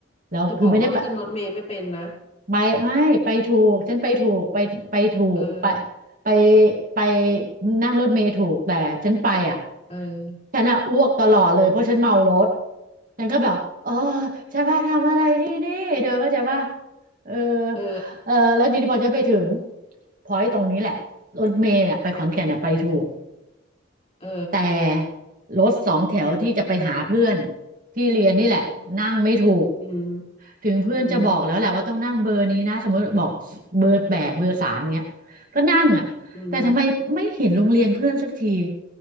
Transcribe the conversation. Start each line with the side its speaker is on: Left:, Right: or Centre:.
Right: แล้วคือไม่ได้ไป
Left: จะบอกว่าขึ้นรถเมล์ไม่เป็นนะ
Right: ไปไม่ไปถูกฉันไปถูกไปไปถูกไป
Left: เออ
Right: ไปไปนั่งรถเมล์ถูกแต่ฉันไปอ่ะ
Left: เออ
Right: ฉันอ่ะอ้วกตลอดเลยเพราะฉันเมารถฉันก็แบบเออฉันมาทำอะไรที่นี่เธอก็จะว่าใจปะเออ
Left: เออ
Right: เออแล้วทีนี้พอฉันไปถึงพอยตรงนี้แหละรถเมล์เนี่ยไปขอนแก่นเนี่ยไปถูก
Left: เออ
Right: แต่รถสองแถวที่จะไปหาเพื่อนที่เรียนนี่แหละนั่งไม่ถูก
Left: อืม
Right: ถึงเพื่อนจะบอกแล้วแหละว่าต้องนั่งเบอร์นี้นะสมมติบอกเบอร์แปดเบอร์สามเงี้ยก็นั่งอ่ะแต่ทำไมไม่เห็นโรงเรียนเพื่อนสักที
Left: อืม อืม